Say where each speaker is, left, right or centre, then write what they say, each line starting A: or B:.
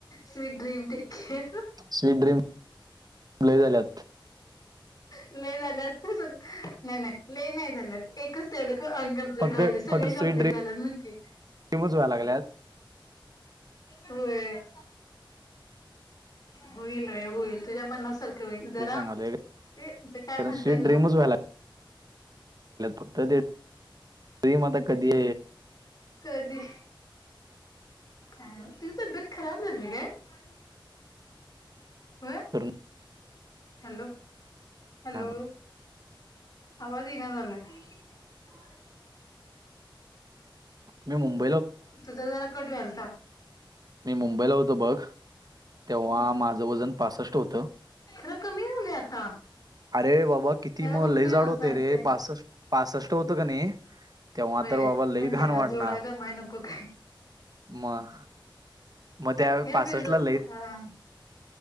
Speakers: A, on the left (about 45°); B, on the right (about 50°).
A: sweet dream टखे.
B: स्वीट ड्रीम लय झाले.
A: लय जाू सग नाही नाही. नाही नाही झालंत एकच तेवढं अनकमप्लीट
B: फक्त
A: राहिलं सगळे
B: फक्त
A: कंप्लीट
B: स्वीट
A: झालंत म्हणकीी.
B: ड्रीमच व्हायला लागल्यात
A: होम्. होईल र होईल तुझ्या मनासारखं. जरा
B: ते सांगालोय
A: ते ते काय
B: कारण
A: म्हणतात
B: स्वीट
A: न
B: ड्रीमच व्हायला फक्त तेम आता कधी
A: कधी काय ना तुझ तब्येत खराब झाली काय <unintelligible> हं
B: उतरणार
A: हॅलो
B: काय
A: हॅलो आवाज येईना झाला आणि <unintelligible>
B: मी मुंबई <unintelligible>
A: तुझं जरा कटूलता
B: मी मुंबईला होतो बघ तेव्हा माझं वजन पासष्ट होतं
A: खर कमी झाले आता
B: अरे बाबा किती
A: मी आता
B: मग
A: बघतोय
B: लई
A: ना
B: जाड होते
A: स्नॅप
B: रे
A: तेन
B: पासष्ट होतं की नाही तेव्हा
A: वाय
B: तर बाबा लई
A: मंकी
B: घाण वाढणार
A: जोडा जमाया नको का
B: मग मग त्या
A: हेर
B: पासष्टला
A: बेज मता <unintelligible>